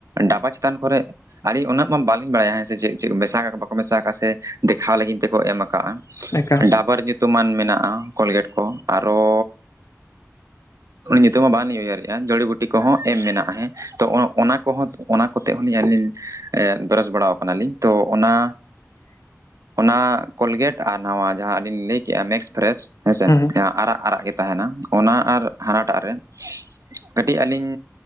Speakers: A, on the right (about 80°); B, on the left (about 75°).
A: ᱰᱟᱵᱟ ᱪᱮᱛᱟᱱ ᱠᱚᱨᱮ ᱟᱹᱞᱤᱧ ᱩᱱᱟᱹᱜ ᱢᱟ ᱵᱟᱹᱞᱤᱧ ᱵᱟᱲᱟᱭᱟ ᱦᱮᱸ ᱥᱮ ᱪᱮᱫ ᱪᱮᱫ ᱢᱮᱥᱟ ᱠᱟᱜ ᱵᱟᱠᱚ ᱢᱮᱥᱟ ᱠᱟᱜᱼᱟ ᱥᱮ ᱫᱮᱠᱷᱟᱣ ᱞᱟᱹᱜᱤᱫ ᱛᱮᱠᱚ ᱮᱢ ᱠᱟᱜᱼᱟ
B: ᱮᱠᱟ
A: ᱰᱟᱵᱟᱨ ᱧᱩᱛᱩᱢᱟᱱ ᱢᱮᱱᱟᱜᱼᱟ ᱠᱳᱞᱜᱮᱴ ᱠᱚ ᱟᱨᱚ ᱩᱱᱤ ᱧᱩᱛᱩᱢ ᱢᱟ ᱵᱟᱝᱞᱤᱧ ᱩᱭᱦᱟᱹᱨᱮᱜᱼᱟ ᱡᱚᱲᱤ ᱵᱩᱴᱤ ᱠᱚᱦᱚᱸ ᱮᱢ ᱢᱮᱱᱟᱜᱼᱟ ᱦᱮᱸ ᱛᱚ ᱚᱱᱟ ᱠᱚᱦᱚᱸ ᱚᱱᱟ ᱠᱚᱛᱮ ᱦᱚᱸᱞᱤᱧ ᱟᱹᱞᱤᱧ ᱮᱸᱜ ᱵᱨᱟᱥ ᱵᱟᱲᱟᱣ ᱠᱟᱱᱟᱞᱤᱧ ᱛᱚ ᱚᱱᱟ
B: <inaudible>
A: ᱚᱱᱟ ᱠᱳᱞᱜᱮᱴ ᱟᱨ ᱱᱟᱣᱟ ᱡᱟᱦᱟᱸ ᱟᱹᱞᱤᱧ ᱞᱟᱹᱭ ᱠᱮᱫᱼᱟ ᱢᱮᱠᱥ ᱯᱷᱨᱮᱥ ᱦᱮᱸᱥᱮ
B: ᱦᱮᱸ ᱦᱮᱸ
A: ᱟᱨᱟᱜ ᱟᱨᱟᱜ ᱜᱮ ᱛᱟᱦᱮᱱᱟ ᱚᱱᱟ ᱟᱨ ᱦᱟᱱᱟᱴᱟᱜ ᱨᱮ ᱠᱟᱹᱴᱤᱡ ᱟᱹᱞᱤᱧ